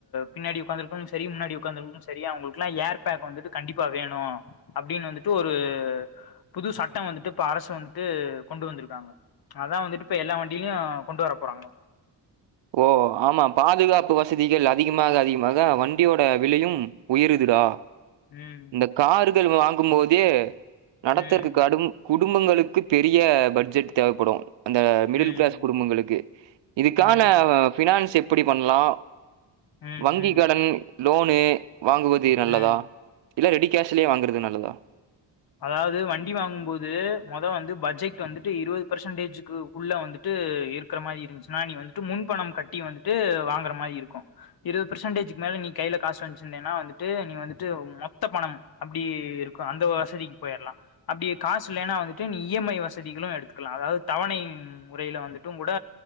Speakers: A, on the left (about 55°); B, on the right (about 80°).
A: பின்னாடி உட்காந்ருக்கு சரி முன்னாடி உட்கார்ந்ருக்கு சரி அவங்களுக்கு எல்லாம் ஏர் பேப் வந்துட்டு கண்டிப்பா வேணு அப்டின்னு வந்துட்டு ஒரு புது சட்டம் வந்துட்டு இப்ப அரசு வந்துட்டு கொண்டு வந்துருக்காங்க அதா வந்துட்டு இப்ப எல்லா வண்டியிலையு கொண்டு வர போறாங்கோ
B: ப்போ ஆமா பாதுகாப்பு வசதிகள் அதிகமாக அதிகமாக வண்டியோட விலையும் உயருதுடா
A: ம்
B: இந்த கார்கள் வாங்கும் போதே நடத்தற்க்கு
A: ம்
B: கடும் குடும்பங்களுக்கு பெரிய பட்ஜெட் தேவப்படும் அந்த மிடில்
A: ம்
B: கிளாஸ் குடும்பங்களுக்கு இதுக்கான
A: ம்
B: ஃபினான்ஸ் எப்படி பண்ணலா
A: ம்
B: வங்கி
A: ம்
B: கடன் லோனு வாங்குவதே நல்லதா
A: ம்
B: இல்ல ரெடி கேஷ்லே வாங்குறது நல்லதா
A: அதாவது வண்டி வாங்கும் போது மொத வந்து பட்ஜெட் வந்துட்டு இருபது பெர்சன்டேஜக்கு உள்ள வந்துட்டு இருக்குற மாரி இருந்துச்சுன்னா நீ வந்துட்டு முன்பணம் கட்டி வந்துட்டு வாங்குற மாரி இருக்கும் இருபது பெர்சன்டேஜ்கக்கு மேல நீ கையில காச வன்ச்சிருந்தேன்னா வந்து ட்டு நீ வந்துட்டு மொத்த பணம் அப்டி இருக்கு அந்த வசதிக்கு போயிரலா அப்படி காசு இல்லனா வந்துட்டு நீ இஎம்ஐ வசதிகளும் எடுத்துக்கலாம் அதாவது தவணை ம் முறையில வந்துட்டும் கூட